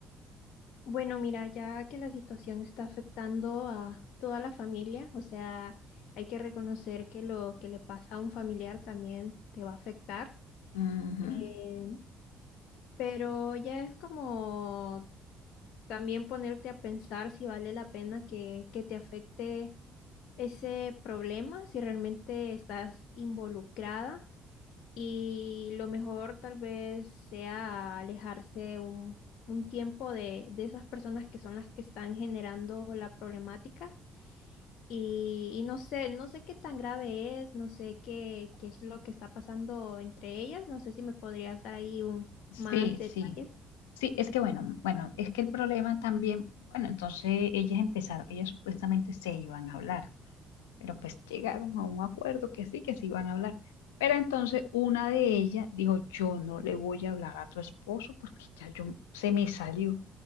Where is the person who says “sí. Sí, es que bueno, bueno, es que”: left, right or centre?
Left